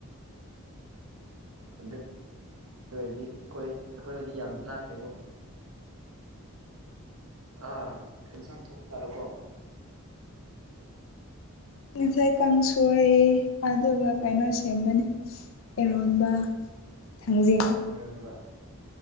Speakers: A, on the right; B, on the left.
A: ꯑꯗꯨ ꯑꯗꯨ ꯑꯣꯏꯔꯗꯤ ꯑꯩꯈꯣꯏ ꯑꯩꯈꯣꯏꯗꯤ ꯌꯥꯝ ꯂꯥꯛꯈ꯭ꯔꯦꯕꯨ ꯑ ꯀꯩ ꯎꯟꯁꯥꯡ ꯊꯣꯡꯕ ꯖꯠꯂꯣꯀꯣ
B: ꯉꯁꯥꯏ ꯀꯥꯡꯁꯣꯏ ꯑꯗꯨꯒ ꯀꯩꯅꯣ ꯁꯦꯝꯕꯅꯤ ꯑꯦꯔꯣꯟꯕ ꯊꯥꯡꯖꯤꯡ
A: ꯏꯔꯣꯟꯕ